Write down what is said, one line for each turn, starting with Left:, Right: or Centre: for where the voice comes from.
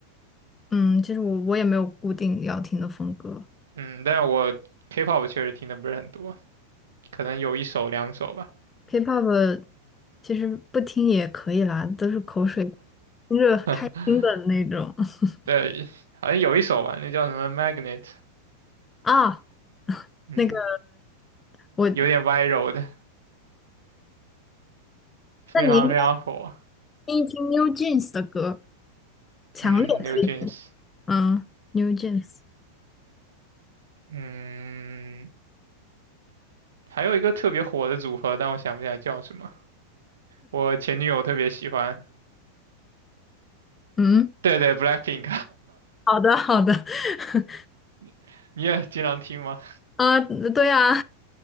Left: 嗯，其实我我也没有固定要听的风格
Right: 嗯，但是我 K-pop 确实听的不是很多，可能有一首两首吧。
Left: ，K-pop 其实不听也可以啦，都是口水，听着开心的那种
Right: <laughs>
Left: <laughs>
Right: 对，好像有一首吧，那叫什么 Magnet，
Left: 啊。
Right: 嗯，
Left: 那个我，
Right: 有点 viral 的，非常非常火。
Left: 那您。听一听 New Jeans 的歌，强烈推荐
Right: 嗯，New Jeans，
Left: 嗯，New Jeans。
Right: 嗯，还有一个特别火的组合，但我想不起来叫什么。我前女友特别喜欢，
Left: 嗯，
Right: 对对，Blackpink，
Left: 好的，好的。<laughs>
Right: <laughs> 你也经常听吗？
Left: 啊，对啊，